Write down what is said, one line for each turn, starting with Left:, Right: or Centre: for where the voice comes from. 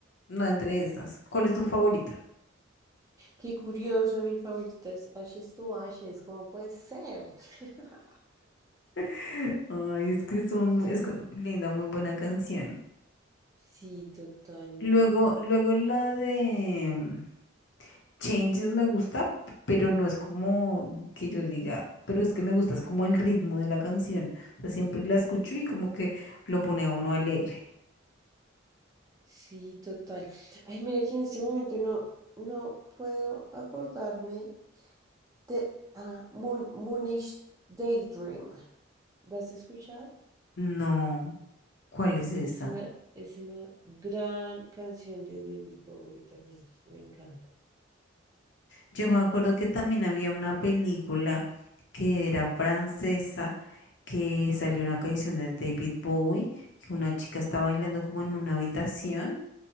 Left: no entre esas. ¿Cuál es tu favorita?
Right: Qué curioso, mi favorita es Ashes to Ashes, ¿cómo puede ser? <laughs>
Left: <laughs> Ay, es que son,
Right: Sí,
Left: mu- es que es muy linda, muy buena canción.
Right: sí, totalmente.
Left: Luego, luego la de Changes me gusta, pero no es como que yo diga, pero es que me gusta, es como el ritmo de la canción. O sea, siempre
Right: Mm.
Left: la escucho y como que lo pone a uno alegre.
Right: Sí, total. Ay, mira que en este momento no, no puedo acordarme de ah, Moon, Moonish Daydream. ¿La has escuchado?
Left: No, ¿cuál es esa?
Right: Es una, es una gran canción de David Bowie también. Me encanta.
Left: Yo me acuerdo que también había una película que era francesa, que salió una canción de David Bowie, que una chica está bailando como en una habitación.